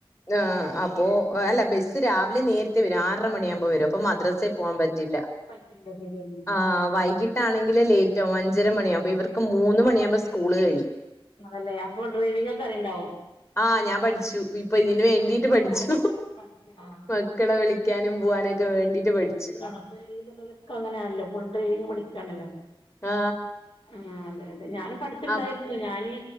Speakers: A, on the left; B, on the left.
A: ആ അപ്പോൾ അല്ല ബസ്സ് രാവിലെ നേരത്തെ വരും ആറര മണിയാകുമ്പോൾ പ്പോവരും അപ്പോ
B: ആ
A: മദ്രസൽ
B: അപ്പൊ പിന്നെ
A: പോവാൻ പറ്റില്ല.
B: പറ്റില്ല ശരിയെന്നെ
A: ആ വൈകി എങ്കിലേ ലേറ്റ് ആകും അഞ്ചര മണിയാകും അപ്പ ഇവർക്ക് മൂന്ന് മണിയാവുമ്പോ സ്കൂള് കഴി
B: അല്ലേ അപ്പൊ ഡ്രൈവിംഗൊക്കെ അറിയ്ണ്ടാവും
A: ആ ഞാൻ പഠിച്ചു ഇപ്പൊ ഇതിന്
B: ആ
A: വേണ്ടിട്ട് പഠിച്ചു
B: പഠിച്ച് ആ
A: മക്കളെ വിളിക്കാനും പോവാനൊക്കെ
B: ആ അതെ അപ്പൊ
A: വേണ്ടീട്ട്
B: പിന്നെ
A: പഠിച്ചു
B: പെരീല് ല്ലോ ലൊക്കെ അങ്ങനെയാണല്ലോ ഫുൾ ഡ്രൈവിങ് പഠിക്കാണല്ലോ
A: ആ
B: ആ അതെ അതെ ഞാനും പഠിച്ച്ണ്ടായിരുന്നു
A: ആ
B: ഞാന്